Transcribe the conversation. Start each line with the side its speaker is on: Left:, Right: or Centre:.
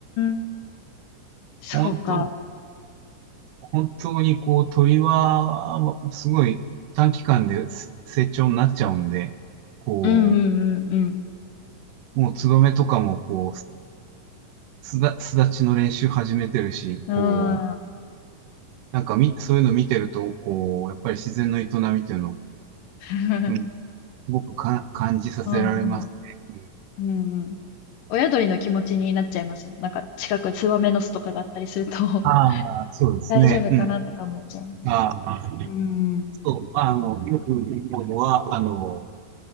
Left: ん。そうか。
Right: 本当、本当にこう鳥は、すごい短期間です成長になっちゃうんで、こ
Left: うんうんうんうん。
Right: う、もうツバメとかもこう、すだ、巣立ちの練習始めてるし、
Left: うん。
Right: こう、
Left: あー
Right: なんかみ、そういうの見てると、こう、やっぱり自然の営みっていうのを、
Left: <laughs>
Right: うん、すごくか感じさせられますね。
Left: うんうん。うんうん。親鳥の気持ちになっちゃいますもん。なんか近くツバメの巣とかがあったりすると
Right: あ
Left: <laughs>
Right: あ、そうですね。
Left: 大丈夫かなとか思っちゃいます。
Right: うん。ああ、
Left: うん。
Right: そう、あの、よく言うのは、あの、